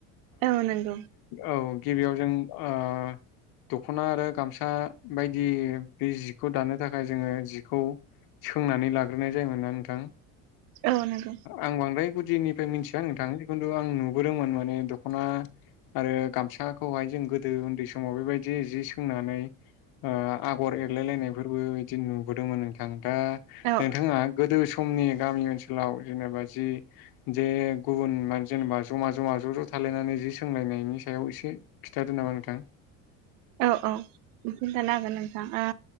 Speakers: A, on the right; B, on the left.
A: औ नंगौ
B: औ गिबियाव जों ओ दखना आरो गामसा बायदि बे जिखौ दानो थाखाय जोंङो जिखौ सोंनानै लाग्रोनाय जायोमोन नना नोंथां
A: औ नंगौ
B: आं बांद्राय निफ्राय मिथिया नोंथां जि खिन्थु आं नुबोदोंमोन माने दखना आरो गामसाखौहाय जों गोदो उन्दै समाव बेबायदि जि फोंनानै आगर एरलाय लायनायफोरबो बिदि नुबोदोंमोन नोंथां ओ नोंथाङा
A: औ
B: गोदो समनि गामि ओनसोलाव जेनेबा जि जे गुबुन मान जेनेबा ज'मा जमा ज' ज' थालायनानै जि सोंलायनायनि सायाव एसे खिन्थादो नामा नोंथां
A: औ औ खिन्थानो हागोन नोंथां